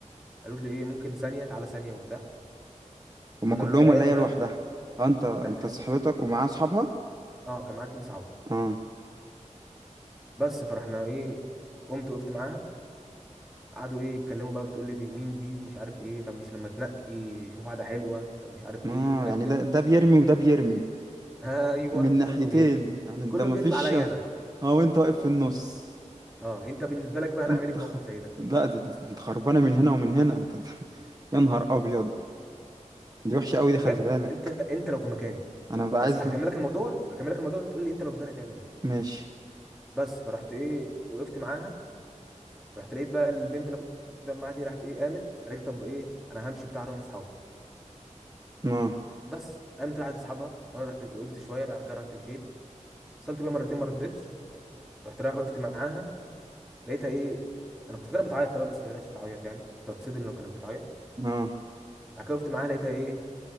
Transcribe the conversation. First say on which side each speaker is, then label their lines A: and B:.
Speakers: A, in the centre; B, on the right (about 30°).
A: قالوا لي ايه ممكن ثانيه تعالى ثانيه وبتاع
B: هما
A: فانا
B: كلهم
A: رحت قايم
B: ولا هي
A: وهي
B: لوحدها اه انت انت
A: لا كان
B: صاحبتك ومعاها اصحابها
A: اه كان معايا اتنين صحابه
B: اه
A: بس فرحنا ايه قمت وقفت معاها قعدوا ايه يتكلموا بقى بتقول لي دي مين دي ومش عارف ايه طب مش لما تنقي شوف واحده حلوه طب مش عارف
B: اه
A: ايه حاجات
B: يعني
A: كده
B: ده ده بيرمي وده بيرمي
A: <laughs> ايوه
B: من ناحيتين
A: كله بيرمي
B: يعني انت
A: كله
B: ما
A: بيرمي
B: فيش
A: عليا انا
B: اه وانت واقف في النص
A: اه انت بالنسبه لك بقى انا
B: انت
A: اعمل ايه في
B: خ...
A: موقف زي ده
B: لا دي دي- انت خربانه من هنا ومن هنا انت, انت... <laughs> يا نهار ابيض دي وحشه قوي دي
A: بجد
B: خلي بالك
A: انت انت لو في مكاني
B: انا بقى
A: بقى-
B: عايز
A: هكملك
B: ل-
A: الموضوع هكملك الموضوع تقول لي انت لو في مكاني هتعمل ايه
B: ماشي
A: بس فرحت ايه وقفت معاها رحت لقيت بقى البنت اللي كنت معاها دي راحت ايه قامت قالت طب ايه انا همشي بتاع اروح لاصحابي
B: اه
A: بس قامت راحت لاصحابها وانا رحت وقفت شويه بعد كده رحت مشيت اتصلت بيها مرتين ما ردتش رحت رايح وقفت معاها لقيتها ايه انا كنت فاكرها بتعيط في الاول بس ما لقيتش بتعيط يعني كنت هتصدم لو كانت بتعيط
B: اه
A: بعد كده وقفت معاها لقيتها ايه